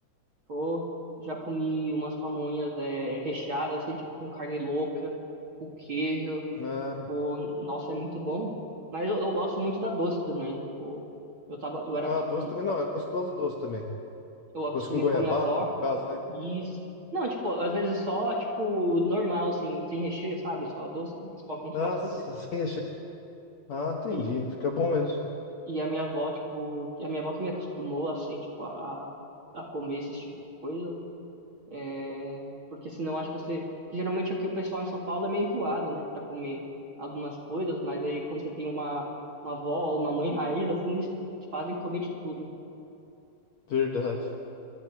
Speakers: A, on the right; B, on the left.
A: pô, já comi umas pamonhas eh, recheadas, assim, tipo, com carne louca, com queijo,
B: Ah,
A: pô, nossa, é muito bom. Mas eu, eu gosto muito da doce também, tipo, eu tava, eu era
B: ah,
A: acostum,
B: doce também não, é gostoso doce também.
A: Eu acostumei
B: Doce com goiabada,
A: com a minha avó.
B: no caso, né?
A: Isso. Não, tipo, às vezes só, tipo, normal, sem, sem recheio, sabe? Só doce, eles colocam só
B: Nossa,
A: açúcar.
B: <laughs> sem recheio. Ah, entendi,
A: E,
B: fica bom mesmo.
A: e a minha avó, tipo, a minha avó que me acostumou, assim, tipo, a, a comer esse tipo de coisa. É, porque senão acho que você. Geralmente aqui o pessoal em São Paulo é meio enjoado, né, pra comer algumas coisas, mas aí quando você tem uma, uma avó ou uma mãe raiz, assim, eles te fazem comer de tudo.
B: Verdade.